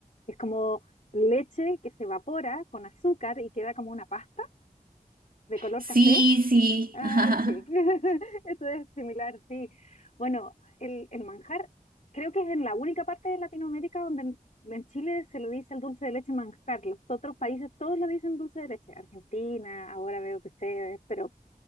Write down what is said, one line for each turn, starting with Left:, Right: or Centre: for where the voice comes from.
Left: Es como leche que se evapora con azúcar y queda como una pasta de color
Right: Sí,
Left: café
Right: sí.
Left: Ah,
Right: <laughs>
Left: sí, <laughs> eso es similar, sí. Bueno, el, el manjar creo que es en la única parte de Latinoamérica donde en, en Chile se le dice el dulce de leche manjar. Los otros países todos le dicen dulce de leche. Argentina, ahora veo que ustedes, pero